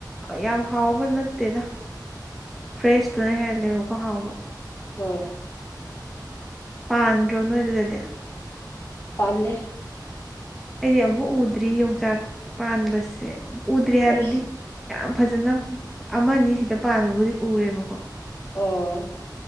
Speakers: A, in the centre; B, on the left.
A: ꯌꯥꯝ ꯍꯥꯎꯕ ꯅꯠꯇꯦꯅ ꯐ꯭ꯔꯦꯁꯇꯨꯅ ꯍꯦꯜꯂꯦꯕꯀꯣ ꯍꯥꯎꯕ
B: ꯍꯣꯏ
A: ꯄꯥꯟꯗ꯭ꯔꯣ ꯅꯣꯏ ꯑꯗꯨꯗꯗꯤ
B: ꯂꯩꯦ <unintelligible> <inaudible>
A: ꯑꯩꯗꯤ ꯑꯃꯨꯛ ꯎꯗ꯭ꯔꯤ ꯌꯣꯡꯆꯥꯛ ꯄꯥꯟꯕꯁꯦ ꯎꯗ꯭ꯔꯤ ꯍꯥꯏꯕꯗꯤ
B: ꯑꯁ
A: ꯌꯥꯝ ꯐꯖꯅ ꯑꯃꯅꯤ ꯁꯤꯗ ꯄꯥꯟꯕꯕꯨꯗꯤ ꯎꯔꯦꯕꯀꯣ
B: ꯑꯣ